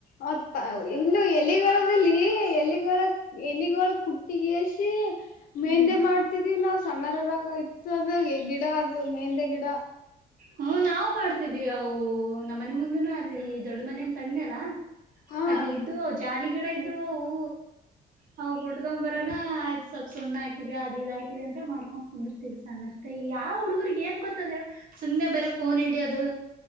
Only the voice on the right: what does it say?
ಹ್ಮ್
ಹ್ಮ ನಾವವು ಮಾಡ್ತಿದ್ವಿ ಅವು ನಮ್ಮ ಮನೆ ಮುಂದನು ಅಲ್ಲಿ ದೊಡ್ಡ ಮನೆ ಅಂತಂದೆ ಅಲ್ಲ..
ಅಲ್ಲಿ ಇದ್ದು ಜಾಲಿಗಿಡ ಇದ್ದು ಅವು.. ಹ ಕುಟ್ಡ್ಕೊ ಬರನಾ ಆಯ್ತತ್ ಸ್ವಲ್ಪ್ ಸುಣ್ಣ ಹಾಕಿದಿದೆ ಅದ ಇದ್ ಹಾಕಿದಿದೆ ಅಂತ ಮಾಡ್ಕೊಂಡ್ ಕುಂದಿರ್ತಿದ್ ಸಣ್ಣರಿ.. ಯಾವ ಹುಡುಗರ್ಗ ಏನ್ ಗೊತ್ತದೆ ಸುಮ್ನೆ ಬರ ಫೋನ್ ಇಡಿಯೋದು..